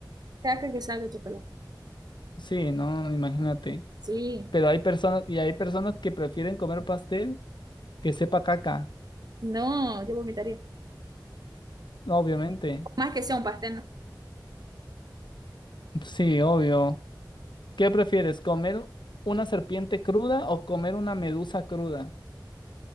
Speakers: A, on the right (about 60°); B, on the left (about 80°).
A: Caca que salga de chocolate.
B: Sí, no, imagínate.
A: Sí.
B: Pero hay personas, y hay personas que prefieren comer pastel que sepa caca,
A: No, yo vomitaría.
B: obviamente.
A: Más que sea un pastel, no.
B: Sí, obvio. ¿Qué prefieres, comer una serpiente cruda o comer una medusa cruda?